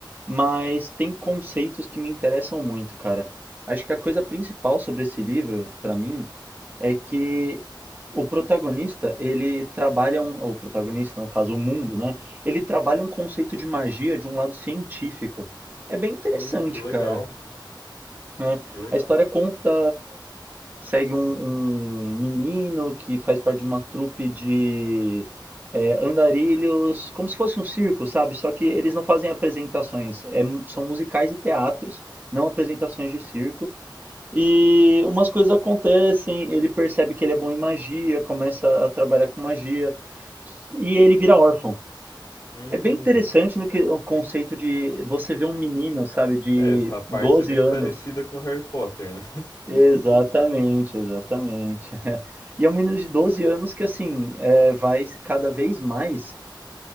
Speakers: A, on the right; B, on the left.
A: mas tem conceitos que me interessam muito, cara. Acho que a coisa principal sobre esse livro, pra mim, é que o protagonista, ele trabalha um, o protagonista, no caso, o mundo, né? Ele trabalha um conceito de magia de um lado científico. É bem interessante,
B: Hum, que legal.
A: cara. né?
B: Que legal.
A: A história conta, segue um, um menino que faz parte de uma trupe de é, andarilhos, como se fosse um circo, sabe? Só que eles não fazem apresentações, é mu- são musicais e teatros, não apresentações de circo. E umas coisas acontecem, ele percebe que ele é bom em magia, começa a trabalhar com magia, e ele vira órfão.
B: Hum.
A: É bem interessante no que o conceito de você ver um menino, sabe, de
B: É, essa parte
A: 12
B: é bem
A: anos.
B: parecida com Harry Potter, né?
A: Exatamente, exatamente. <laughs> E é um menino de 12 anos que, assim, é, vai cada vez mais.